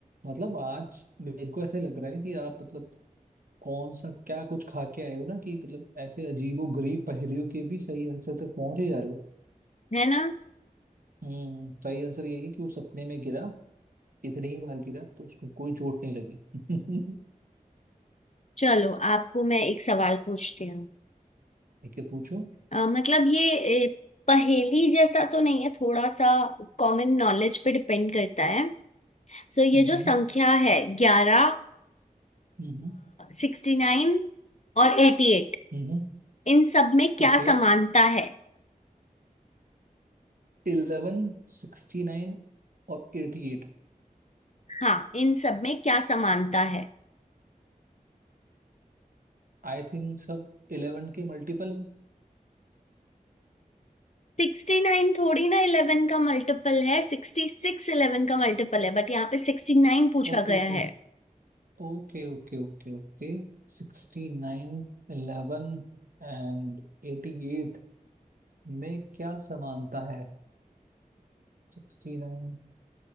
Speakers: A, on the right; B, on the left.
A: मतलब आज मेरे को ऐसे लग रहा है कि आप मतलब कौन सा क्या कुछ खा के आए हो ना कि मतलब ऐसे अजीबो गरीब पहेलियों के भी सही आंसर तक पहुंच ही जा रहे हो
B: है ना
A: हम्म सही आंसर यही है कि वो सपने में गिरा इतनी ही बार गिरा तो उसको कोई चोट नहीं लगी <laughs>
B: चलो आपको मैं एक सवाल पूछती हूँ
A: ठीक है पूछो
B: अ, मतलब ये अ, पहेली जैसा तो नहीं है थोड़ा सा कॉमन नॉलेज पे डिपेंड करता है सो ये
A: हम्म
B: जो संख्या है ग्यारह
A: हम्म हम्म
B: सिक्सटी नाइन और एटी एट
A: हम्म,
B: इन सब में क्या
A: ओके
B: समानता है
A: इलेवन सिक्सटी नाइन और एटी एट
B: हाँ इन सब में क्या समानता है
A: आई थिंक सब इलेवन के मल्टीपल है
B: सिक्सटी नाइन थोड़ी ना इलेवन का मल्टीपल है सिक्सटी सिक्स इलेवन का मल्टीपल है बट यहाँ पे सिक्सटी नाइन पूछा
A: Okay
B: गया
A: okay
B: है
A: okay okay okay okay Sixty nine eleven and eighty eight में क्या समानता है Sixty nine